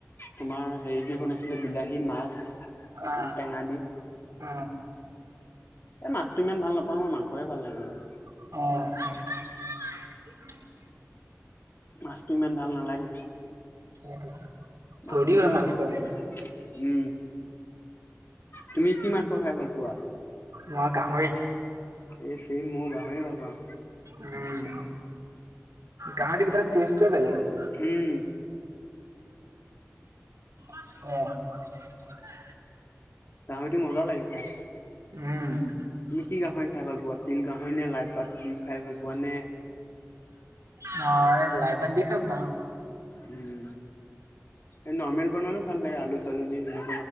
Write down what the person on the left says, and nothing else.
তোমাৰ হেৰি দি বনাইছিলে, বিলাহী মাছ। অকন
টেঙা দি।
এই মাছটো ইমান ভাল নাপাওঁ মই, মাংসহে ভাল লাগে অলপ।
মাছটো ইমান ভাল নালাগে।
মাছটো
খাই
ভাল
লাগে উম', তুমি কি মাংস খাই ভাল পোৱা?
এ চেম, মইও গাঁহৰিয়ে ভাল পাওঁ।
হম
গাহৰিতো মজা লাগে খাই।
তুমি কি গাহৰি খাই ভাল পোৱা? তিল গাহৰি নে? লাই পাত দি খাই ভাল পোৱা নে?
উম', এই নৰ্মেল বনালেও ভাল লাগে আলু চালু দি হেনে